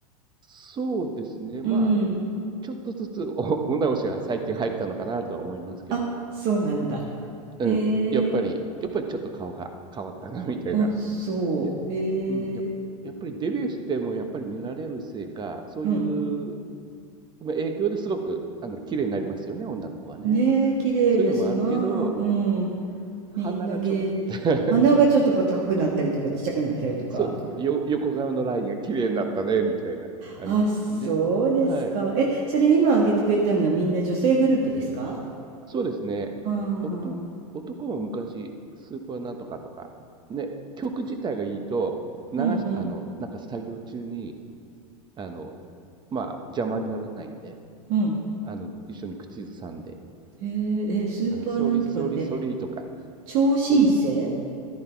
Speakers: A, on the right (about 25°); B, on the right (about 55°).
A: そうですね。まあ、
B: うん。
A: ちょっとずつお、お直しが最近入ったのかなとは思いますけど。
B: あ、そうなんだ。へえ。
A: うん、やっぱり、やっぱりちょっと顔が変わったな、みたいな。
B: あ、そう。
A: いや、
B: へえ。
A: うん、やっやっぱりデビューしてもやっぱり見られるせいか、そういう
B: うん。
A: まあ影響ですごく、あの、綺麗になりますよね、女の子はね。
B: ねえ、綺麗だし、
A: そういうのもあるけど、
B: まあ、うん、
A: 鼻がちょっと、
B: みんな芸、
A: <laughs>
B: 鼻がちょっとこう高くなったりとか、ちっちゃくなったりとか。
A: そうですね、よ、横顔のラインが綺麗になったね、みたいな、ありますけどね。
B: あ、そうですか。
A: はい。
B: え、それ今挙げてくれたのはみんな女性グループですか
A: そうですね。
B: ああ
A: 男、男も昔、スーパーなんとかとか、ね、曲自体がいいと、流し、
B: うんうん、
A: あの、なんか作業中に、あの、まあ、邪魔にならないんで、
B: うん。
A: あの、一緒に口ずさんで、
B: へえ、え、スーパーなんとかって、
A: あの、ソリソリソリとか、
B: 超新星
A: そういう、